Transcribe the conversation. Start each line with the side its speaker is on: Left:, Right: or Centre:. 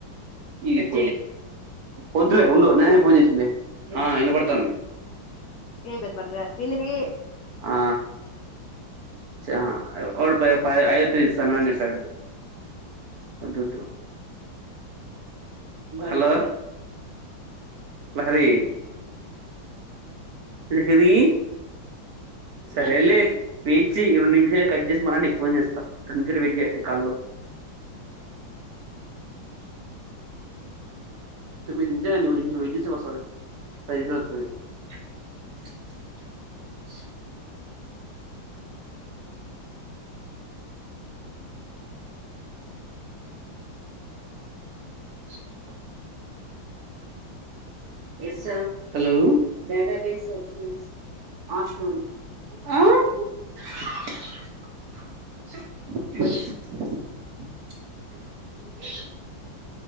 Right: <unintelligible> వద్దులే ఉండు నేనే
Left: హ్మ్
Right: ఫోన్ చేసింది ఆ వినబడతాంది
Left: ఏ పెద్ద బర్రె దీనికి
Right: ఆ చ వాడు ప ప ఐదవ తేదీ ఇస్తాను అని చెప్పాడు వద్దొద్దు హలో లహరి లహరి సరేలే వేచి రెండు నిమిషాల ఏ కట్ చేసి మళ్ళ నీకు ఫోన్చేస్తా రెండు నిమిషాలు వెయిట్ చెయ్ కాల్ లో తొమ్మిది నిమిషాలు అయింది ఒక నిమిషం వెయిట్ చేస్తే వస్తది <unintelligible> <unintelligible> <unintelligible> చుంచు టిక్ హలో